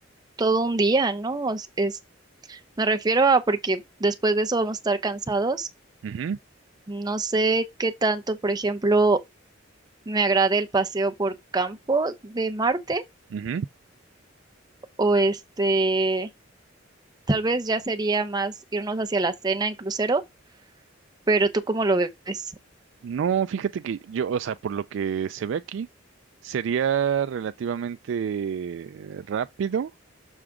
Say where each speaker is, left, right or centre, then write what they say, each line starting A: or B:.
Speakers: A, on the right (about 20°); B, on the right (about 65°).
A: todo un día, ¿no? O s- Es, me refiero a porque después de eso vamos a estar cansados.
B: Ujú,
A: No sé qué tanto, por ejemplo, me agrade el paseo por campo de Marte
B: ujú.
A: o este, tal vez ya sería más irnos hacia la cena en crucero, pero ¿tú cómo lo ves?
B: No, fíjate que yo, o sea, por lo que se ve aquí, sería relativamente rápido.